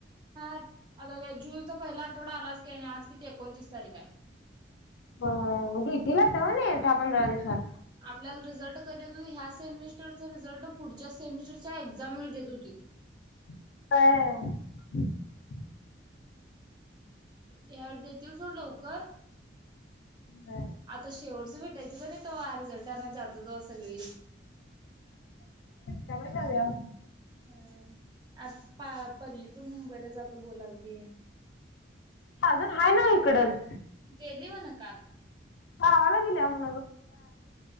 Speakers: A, on the right (about 25°); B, on the left (about 75°).
A: हां. <unintelligible> जूनचा पहिला आठवडा आलाच की आणि आज किती एकोणतीस तारीख हाय.
B: <unintelligible> तवा नाय येतं दहा - पंधरा दिवसात.
A: आपल्याला रिझल्ट कधी तरं ह्या सेमिस्टरचा रिझल्ट पुढच्या सेमिस्टरच्या एक्साम वेळी देत होतीत.
B: <unintelligible>
A: ह्या वेळी देतील सोड लवकर.
B: नाय.
A: आता शेवटचं भेटायचं कनी तवा रिझल्ट आनाय जात तुजं सगळी
B: सगळी जाऊयावं.
A: हं. आ पा पल्लीतून मुंबईला जातो बोलालती.
B: अजून हाय नव्हं हिकडंच.
A: गेली म्हन काल.
B: गावाला गेल्या म्ह --